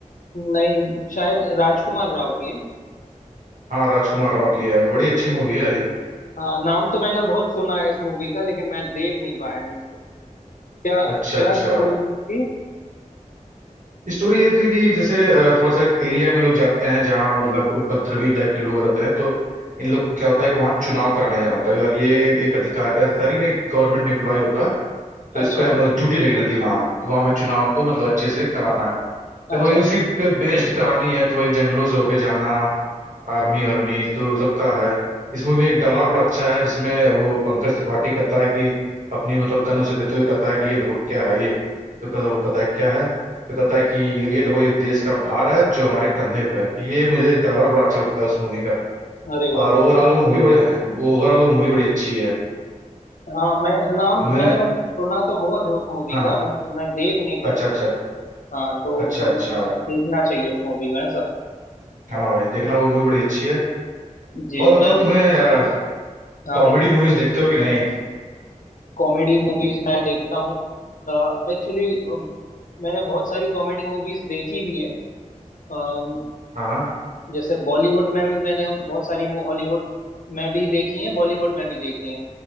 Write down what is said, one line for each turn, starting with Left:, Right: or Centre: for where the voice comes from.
Left: नहीं शायद राजकुमार राव की है
Right: हाँ राजकुमार राव की है बड़ी अच्छी मूवी है ये
Left: हाँ नाम तो मैंने बहुत सुना है इस मूवी का लेकिन मैं देख नहीं पाया हूँ इसको क्या क्या
Right: अच्छा अच्छा
Left: स्टोरी इसकी
Right: स्टोरी ये थी कि जैसे अ, थोड़ा सा एक एरिया में लोग जाते हैं जहाँ मतलब उपद्रवी टाइप के लोग रहते हैं तो इन लोग को क्या होता है कि वहाँ चुनाव कराने जाना होता है और ये एक अधिकारी अधिकारी नहीं गवर्नमेंट एम्प्लॉय होता है तो
Left: अच्छा
Right: इसको ड्यूटी लगी रहती है वहाँ कि वहाँ पे चुनाव को मतलब अच्छे से कराना है तो
Left: अच्छा
Right: वही उसी पे बेस्ड कहानी है तो वही जंगलों से होके जाना आर्मी आर्मी तो सबका है इस मूवी में एक डायलॉग बड़ा अच्छा है जिसमें वो पंकज त्रिपाठी कहता है कि अपनी मतलब गन उसे देते हुए कहता है कि ये देखो क्या है ये तो कहता- वो कहता है क्या है तो कहता है कि ये देखो ये देश का भार है जो हमारे कंधे पे है तो ये मुझे डायलॉग बड़ा अच्छा लगता है उस मूवी का
Left: अरे वाह
Right: और ओवरऑल वो मूवी बड़ी ओवरऑल वो मूवी बड़ी अच्छी है
Left: हाँ मैं नाम
Right: तुमने
Left: मैंने मतलब सुना तो बहुत है उस मूवी
Right: हाँ
Left: का बट मैं देख नहीं पाया
Right: अच्छा अच्छा
Left: हाँ तो
Right: अच्छा
Left: मतलब
Right: अच्छा
Left: देखना चाहिए उस मूवी का
Right: हाँ भाई देखना वो मूवी बड़ी अच्छी है
Left: जी
Right: और बताओ
Left: मैं
Right: तुम्हें
Left: हाँ
Right: कॉमेडी
Left: भाई
Right: मूवीज देखते हो कि नहीं
Left: कॉमेडी मूवीज मैं देखता हूँ एक्चुअली मैंने बहुत सारी कॉमेडी मूवीज देखी भी हैं अम,
Right: हाँ
Left: जैसे बॉलीवुड में भी मैंने बहुत सारी हॉलीवुड में भी देखी हैं बॉलीवुड में भी देखी हैं